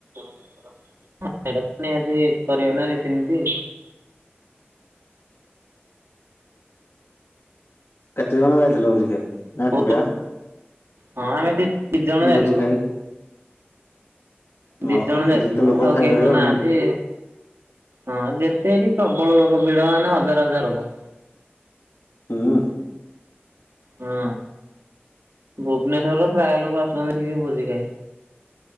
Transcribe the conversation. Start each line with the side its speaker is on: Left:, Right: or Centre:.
Right: ସେଟା ତ ନିହାତି କରିବ ରୀତିନୀତି
Left: କେତେ ଜଣ ଯାଇଥିଲ ଭୋଜି ଖାଇ।
Right: <unintelligible>
Left: ନା ଏକୁଟିଆ
Right: ହଁ ଆମେ ବି ଦି ଜଣ ଯାଇଥିଲୁ
Left: ଭୋଜି
Right: ବା
Left: ଖାଇ?
Right: ଦି
Left: ଓହୋ
Right: ଜଣ ଯାଇଥିଲୁ
Left: ଯେତେ ଲୋକ
Right: ଆଉ
Left: ଖାଇପାରିବେ
Right: କେହିତ ନାହାନ୍ତି
Left: ନାଇଁ
Right: ହଁ ଯେତେ ହେଟି। ପ୍ରବଳ ଲୋକ ଭିଡ ମାନେ ହଜାର ହଜାର ଲୋକ।
Left: ହୁଁ।
Right: ହୁଁ ଭୁବନେଶ୍ଵରରେ ପ୍ରାୟ ଲୋକ। ସବୁ ଆସୁଛନ୍ତିି ହେଟିକି ଭୋଜି ଖାଇ।